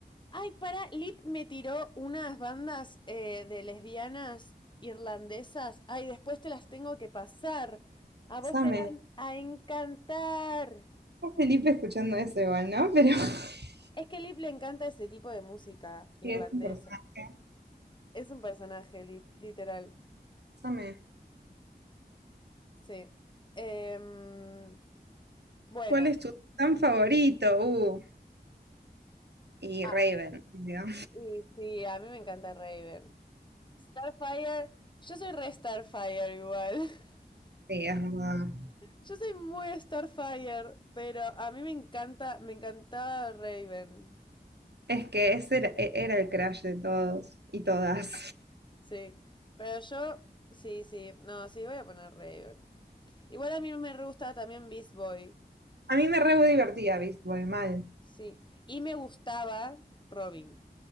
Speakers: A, on the left (about 30°); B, on the right (about 80°).
A: Ay, para, Lip me tiró unas bandas eh, de lesbianas irlandesas. Ay, después te las tengo que pasar. A vos
B: Same.
A: te van a encantar.
B: Está Felipe escuchando eso igual, ¿no? Pero <laughs>
A: Es que Lip le encanta ese tipo de música irlandesa.
B: sí, es un personaje.
A: Es un personaje, Lip, literal.
B: Same.
A: Sí. Em, bueno,
B: ¿Cuál es tu tan favorito? Uh, y
A: ah,
B: Raven, digo.
A: y sí, a mí me encanta Raven. Starfire, yo soy re Starfire igual. <laughs>
B: Sí, es verdad.
A: Yo soy muy Starfire, pero a mí me encanta, me encantaba Raven.
B: Es que ese era, e- era el crush de todos y todas.
A: Sí. Sí, pero yo, sí, sí, no, sí, voy a poner Raven. Igual a mí me re gustaba también Beast Boy.
B: A mí me re divertía Beast Boy, mal.
A: Sí, y me gustaba Robin.